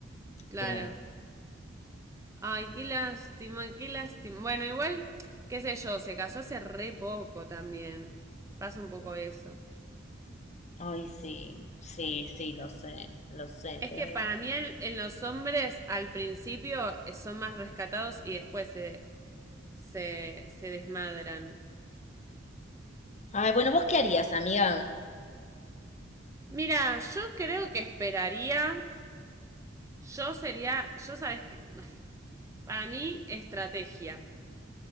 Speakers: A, on the right; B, on the left.
A: Claro.
B: Pero bueno.
A: Ay, qué lástima, qué lástima. Bueno, igual, qué sé yo, se casó hace re poco también. Pasa un poco eso.
B: Ay, sí, sí, sí, lo sé, lo sé,
A: Es
B: pero
A: que
B: bueno.
A: para mí el- en los hombres al principio eh, son más rescatados y después se, se, se desmadran.
B: Ay, bueno, ¿vos qué harías, amiga?
A: Mira, yo creo que esperaría. Yo sería, yo sabes que, <laughs> para mí, estrategia.